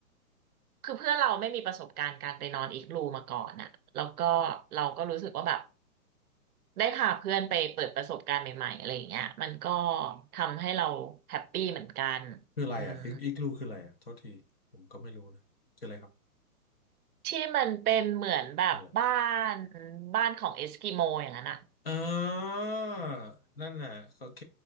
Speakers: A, on the right (about 75°); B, on the left (about 40°).
A: คือเพื่อนเราไม่มีประสบการณ์การไปนอนอีกรูมาก่อนน่ะแล้วก็เราก็รู้สึกว่าแบบได้พาเพื่อนไปเปิดประสบการณ์ใหม่ๆอะไรอย่างเงี้ยมันก็ทำให้เราแฮปปี้เหมือนกัน
B: คืออะไรอ่ะอีกอีกลูคืออะไรอ่ะโทษทีผมก็ไม่รู้นะคืออะไรครับ
A: อืม ที่มันเป็นเหมือนแบบบ้าน
B: คืออะไร
A: บ้านของเอสกิโมอย่างนั้นอ่ะ
B: อ่านั่นน่ะโอเค